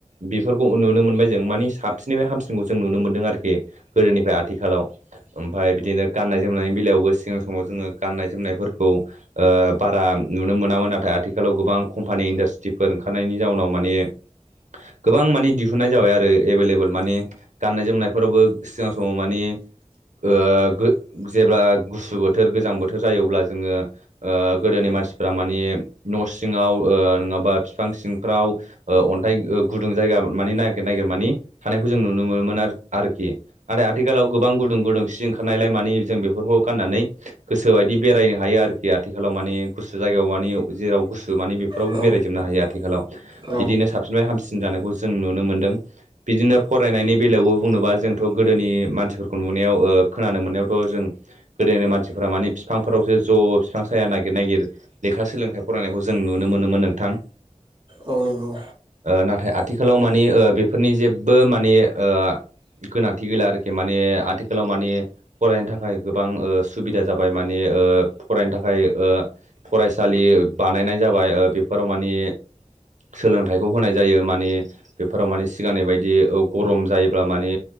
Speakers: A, on the right (about 75°); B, on the right (about 40°).
A: बेफोरखौ नुनो मोनबाय जों मानिे साबसिननिफ्राय हामसिनखौ जों नुनो मोन्दों आरोखि गोदोनिफ्राय आथिखालाव ओमफ्राय बिदिनो गाननाय जोमनायनि बेलायावबो सिगां समाव जोङो गाननाय जोमनायफोरखौ ओ बारा नुनो मोनामोन नाथाय आथिखालाव गोबां खम कम्पानि इन्डासट्रिफोर ओंखारनायनि जाउनाव माने गोबां माने दिहुननाय जाबाय आरो एभेलेबेल माने गाननाय जोमनायफोरावबो सिगां समाव मानिे ओ गो जेब्ला गुसु बोथोर गोजां बोथोर जायो अब्ला जोङो ओ गोदोनि मानसिफ्रा मानिे न' सिङाव ओ नङाबा बिफां सिंफ्राव ओ अन्थाइ गुदुं जायगा मानि नागिर नागिर मानि थानायखौ जों नुनो मोनोमोन आरोखि नाथाय आथिखालाव गोबां गुदुं गुदुं सि ओंखारनायलाय मानिे जों बेफोरखौ गाननानै गोसोबायदि बेरायनो हायो आरोखि आथिखालाव मानिे गुसु जायगायाव मानि जेराव गुसु माने बेफोरावबो
B: औ
A: बेरायजोबनो हायो आथिखालाव
B: औ
A: बिदिनो साबसिनफ्राय हामसिन जानायखौ जों नुनो मोन्दों बिदिनो फरायनायनि बेलायावबो बुंनोबा जोंथ' गोदोनि मानसिफोरखौ नुनायाव ओ खोनानो मोननायावथ' जों गोदोनि मानसिफोरा मानिे बिफांफोरावसो ज' बिफां साया नागिर नागिर लेखा सोलोंथाइ फरायनायखौ जों नुनो मोनोमोन नोंथां
B: औ नोंगौ
A: ओ नाथाय आथिखालाव मानि ओ बेफोरनि जेबो मानिे ओ गोनांथि गैला आरो माने आथिखालाव माने फरायनो थाखाय गोबां ओ सुबिदा जाबाय माने ओ फरायनो थाखाय ओ फरायसालि बानायनाय जाबाय ओ बेफोराव मानिे सोलोंथाइखौ होनाय जायो माने बेफोराव माने सिगांनि बायदि गरम जायोब्ला माने